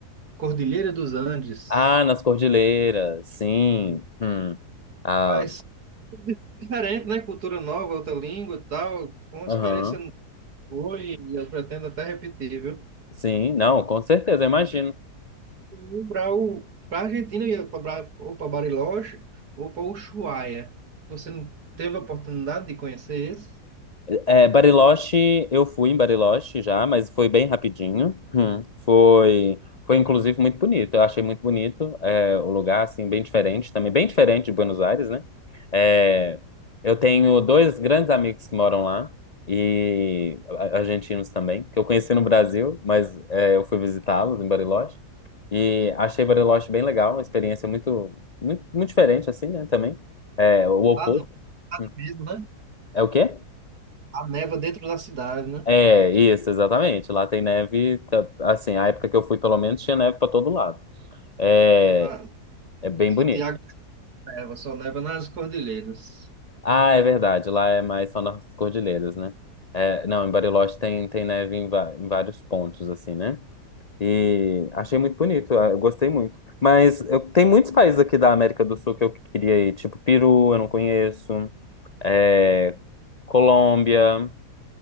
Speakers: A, on the right (about 70°); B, on the left (about 80°).
A: Cordilheira dos Andes.
B: Ah, nas cordilheiras, sim.
A: E,
B: Hum. Ah,
A: Rapaz, diferente, né? Cultura nova, outra língua e tal. Foi Uma
B: aham.
A: experiência Foi, e eu pretendo até repetir, viu?
B: Sim, não, com certeza, eu imagino.
A: E para o para Argentina eu ia para ou para Bariloche ou para Ushuaia. Você não teve a oportunidade de conhecer esse?
B: É, Bariloche, eu fui em Bariloche já, mas foi bem rapidinho. Hum. Foi, foi inclusive muito bonito. Eu achei muito bonito, é, o lugar assim bem diferente, também bem diferente de Buenos Aires, né? É, eu tenho dois grandes amigos que moram lá e a- argentinos também, que eu conheci no Brasil, mas é, eu fui visitá-los em Bariloche e achei Bariloche bem legal, uma experiência muito, muito, muito diferente assim, né? Também é o oposto.
A: Ah, não,
B: Hum.
A: mesmo, né?
B: É o quê?
A: A neva dentro da cidade, né?
B: É, isso, exatamente. Lá tem neve, tá- assim, a época que eu fui, pelo menos, tinha neve pra todo lado. É,
A: Na-
B: é bem
A: Santiago
B: bonito.
A: neva, só neva nas cordilheiras.
B: Ah, é verdade, lá é mais só nas cordilheiras, né? É, não, em Bariloche tem, tem neve em, va- em vários pontos, assim, né? E achei muito bonito, eu gostei muito. Mas eu, tem muitos países aqui da América do Sul que eu queria ir, tipo Peru, eu não conheço, é, Colômbia.